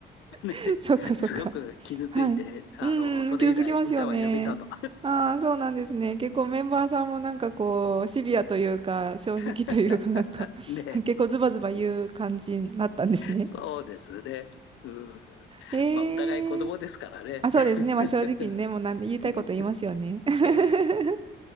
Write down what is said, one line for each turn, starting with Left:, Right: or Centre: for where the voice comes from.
Left: それですごく傷ついて、
Right: <laughs> そっかそっか。はい。
Left: あの、
Right: うんうん、
Left: それ以来歌はやめたと。
Right: 傷つきますよね。ああ、そうなんですね。結構メンバーさんもなんかこう、シビアというか、正直というか、
Left: <laughs>
Right: なんか
Left: で、
Right: 結構ズバズバ言う感じになったんですね。
Left: そうですね。うん。
Right: ええ
Left: まあ、お互い子供ですからね。
Right: あ、そうですね。
Left: <laughs>
Right: まあ正直にね、もうなんで言いたいこと言いますよね。
Left: うん。
Right: <laughs>
Left: ええ、